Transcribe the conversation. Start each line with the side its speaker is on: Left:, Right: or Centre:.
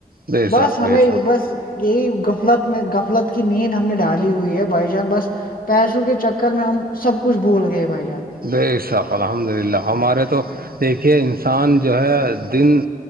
Right: بے
Left: بس
Right: شک
Left: ہمیں
Right: بے شک
Left: بس یہی غفلت میں غفلت کی نیند ہم نے ڈھالی ہوئی ہے بائی چانس بس پیسوں کے چکر میں ہم سب کچھ بھول گئے بھائی جان
Right: بساک الحمد للہ ہمارے تو دیکھیے انسان جو ہے دن